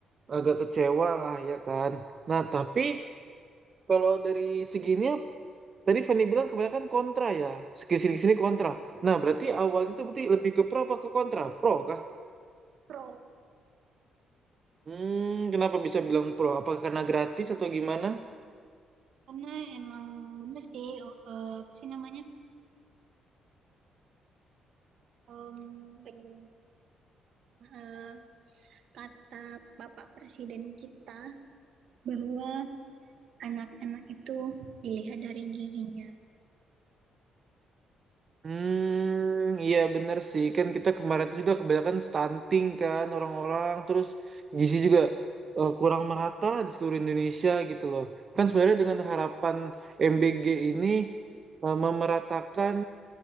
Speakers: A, on the right; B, on the right.
A: agak kecewa lah ya kan. Nah, tapi kalau dari segininya Tadi Fani bilang kebanyakan kontra ya, sini sini kontra. Nah berarti awalnya itu berarti lebih ke pro apa ke kontra? Pro kan?
B: Pro,
A: Hmm, kenapa bisa bilang pro? Apa karena gratis atau gimana?
B: karena emang bener sih, eh, apa sih namanya, Em, peng- eh, kata Bapak Presiden kita bahwa anak-anak itu dilihat dari gizinya.
A: Hmm, iya bener sih. Kan kita kemarin tuh juga kebanyakan stunting kan orang-orang. Terus gizi juga eh, kurang merata lah di seluruh Indonesia gitu loh. Kan sebenarnya dengan harapan MBG ini eh, memeratakan